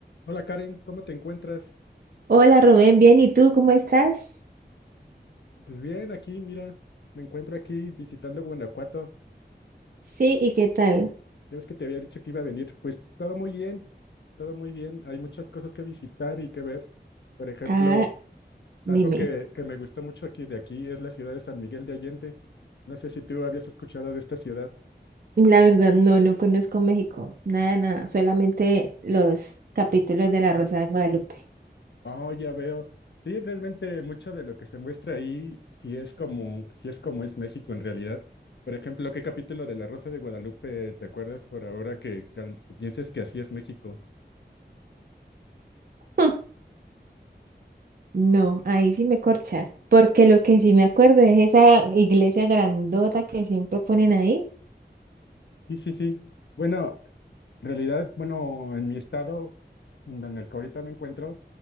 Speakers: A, on the left (about 75°); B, on the right (about 55°).
A: Hola Karen, ¿cómo te encuentras?
B: Hola Rubén, bien, ¿y tú cómo estás?
A: Pues bien, aquí, mira, me encuentro aquí visitando Guanajuato.
B: Sí, ¿y qué tal?
A: Ya ves que te había dicho que iba a venir. Pues todo muy bien, todo muy bien. Hay muchas cosas que visitar y que ver. Por ejemplo,
B: Ah, dime.
A: algo que, que me gustó mucho aquí de aquí es la ciudad de San Miguel de Allende. No sé si tú habías escuchado de esta ciudad.
B: La verdad, no, no conozco México, nada, nada, solamente los capítulos de La Rosa de Guadalupe.
A: Oh, ya veo. Sí, realmente mucho de lo que se muestra ahí, sí es como, sí es como es México en realidad. Por ejemplo, ¿qué capítulo de La Rosa de Guadalupe te acuerdas por ahora que, cal- pienses que así es México?
B: <laughs> No, ahí sí me corchas, porque lo que sí me acuerdo es esa iglesia grandota que siempre ponen ahí.
A: Sí, sí, sí. Bueno, en realidad, bueno, en mi estado, en donde el que ahorita me encuentro,